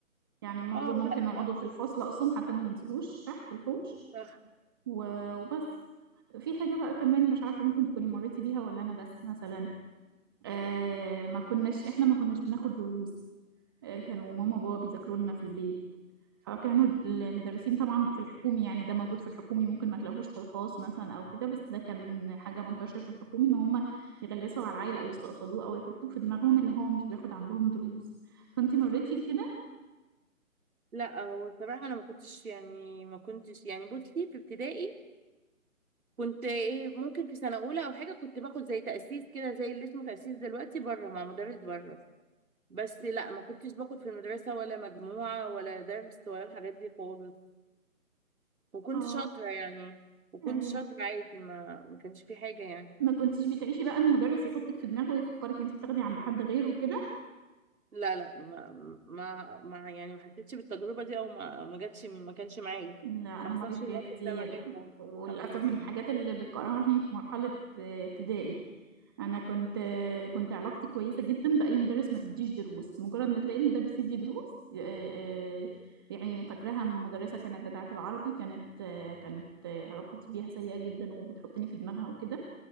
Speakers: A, on the right (about 15°); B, on the right (about 80°).
A: يعني معظم
B: اه
A: ممكن
B: لا
A: نقعدوا
B: لا
A: في الفصل أصلا حتى ما ننزلوش تحت الحوش
B: لا
A: و- وبس في حاجة بقى كمان مش عارفة ممكن تكوني مريتي بيها ولا أنا بس مثلا آه ما كناش إحنا ما كناش بناخد دروس آه كانوا ماما وبابا بيذاكروا لنا في البيت فكانوا المدرسين طبعا في الحكومي يعني ده موجود في الحكومي ممكن ما تلاقوش في الخاص مثلا أو كده بس ده كان حاجة منتشرة في الحكومي إن هم يغلسوا على العيل أو يستقصدوه أو يحطوه في دماغهم اللي هو مش بياخد عندهم دروس فأنتي مريتي بكده؟
B: لا هو بصراحة أنا ما كنتش يعني ما كنتش يعني بصي في ابتدائي كنت إيه ممكن في سنة أولى أو حاجة كنت باخد زي تأسيس كده زي اللي اسمه تأسيس دلوقتي بره مع مدرس بره بس لا ما كنتش باخد في المدرسة ولا مجموعة ولا درس ولا الحاجات دي خالص وكنت
A: اه
B: شاطرة يعني وكنت
A: ايوه
B: شاطرة عادي ما ما كانش في حاجة يعني
A: ما كنتيش بتعيشي بقى ان مدرس يحطك في دماغه ويفكرك انت بتاخدي عند حد غيره وكده
B: لا لا ما ما, ما يعني ما حسيتش بالتجربة دي أو ما ما جاتش ما كانش معايا
A: لا
B: ما
A: أنا
B: حصلش
A: مريت بيها
B: الموقف
A: كتير
B: ده معايا خالص
A: وللأسف
B: الحمد لله
A: من
B: يعني.
A: الحاجات اللي بتكرهني في مرحلة ابتدائي أنا كنت كنت علاقتي كويسة جدا بأي مدرس ما بيديش دروس مجرد ما تلاقي المدرس يدي دروس آه، آه، يعني فاكراها مدرسة كانت بتاعة العربي كانت آه، كانت آه، علاقتي بيها سيئة جدا وبتحطني في دماغها وكده